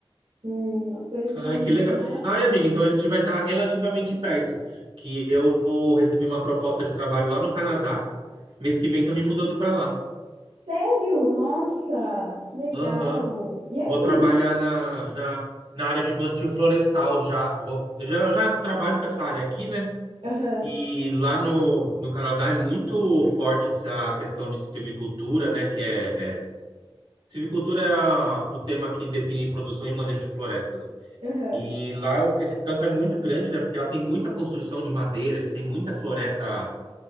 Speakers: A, on the right; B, on the right.
A: não, as coisas
B: Ai,
A: são,
B: que legal.
A: né?
B: Ai, amiga, então a gente vai estar relativamente perto, que eu recebi uma proposta de trabalho lá no Canadá. Mês que vem tô me mudando pra lá.
A: Sério? Nossa, que legal!
B: Aham.
A: E aí?
B: Vou trabalhar na, na, na área de plantio florestal já. Vou, eu já, eu já trabalho com essa área aqui, né?
A: Aham.
B: E lá no, no Canadá é muito forte essa questão de silvicultura, né? Que é silvicultura é a- o tema que define produção e manejo de florestas.
A: Aham.
B: E lá o- esse campo é muito grande, né? Porque lá tem muita construção de madeira, eles têm muita floresta,